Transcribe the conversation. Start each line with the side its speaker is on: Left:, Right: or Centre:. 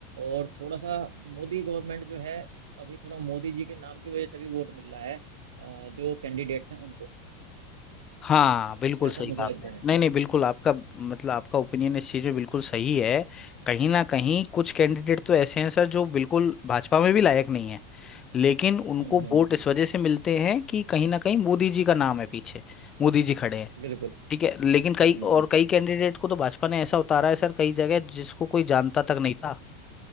Right: और थोड़ा सा मोदी गवर्नमेंट जो है अभी थोड़ा मोदी जी के नाम की वजह से भी वोट मिल रहा है अ, जो कैंडिडेट्स हैं उनको
Left: हाँ बिल्कुल
Right: ऐसा
Left: सही
Right: मुझे
Left: कहा आपने
Right: लगता है
Left: नहीं नहीं बिल्कुल आपका मतलब आपका ओपिनियन इस चीज़ में बिल्कुल सही है कहीं ना कहीं कुछ कैंडिडेट तो ऐसे हैं सर जो बिल्कुल भाजपा में भी लायक नहीं है लेकिन उनको
Right: हम्म हम्म
Left: वोट इस वजह से मिलते हैं कि कहीं ना कहीं मोदी जी का नाम है पीछे मोदी जी खड़े हैं
Right: बिल्कुल
Left: ठीक है लेकिन कई
Right: हम्म
Left: और कई कैंडिडेट को तो भाजपा ने ऐसा उतारा है सर कई जगह जिसको कोई जानता तक नहीं था